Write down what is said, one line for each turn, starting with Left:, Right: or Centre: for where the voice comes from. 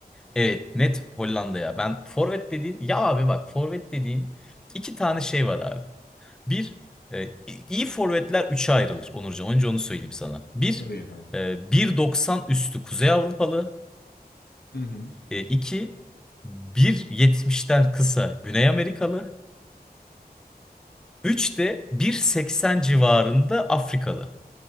Centre: Evet net Hollanda ya. Ben forvet dediğin ya abi bak forvet dediğin iki tane şey var abi. Bir e, i- iyi forvetler üçe ayrılır Onurcan. Önce onu söyleyeyim sana. Bir
Left: Tabii efendim.
Centre: e, 1.90 üstü Kuzey Avrupalı.
Left: Hı hı.
Centre: E, iki 1.70'ten kısa Güney Amerikalı. Üç de 1.80 civarında Afrikalı.